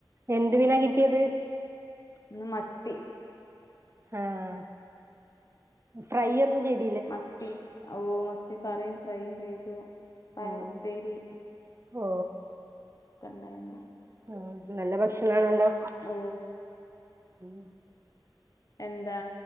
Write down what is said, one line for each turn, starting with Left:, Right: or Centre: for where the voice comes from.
Right: എന്ത് മീന കിട്ടിയത്
Left: ഇന്ന് മത്തി
Right: ആഹ ഫ്രൈ ഒന്നും ചെയ്ത്
Left: മത്തി ഓ മത്തി കറിയും ഫ്രൈയും ചെയ്തു പയറുപ്പേരി
Right: ആഹ് ഓ
Left: ഒക്കെ ഇണ്ടായിരുന്നു
Right: ഉ നല്ല ഭക്ഷണ ആണല്ലോ
Left: ഓ
Right: മ്മ്
Left: എന്താ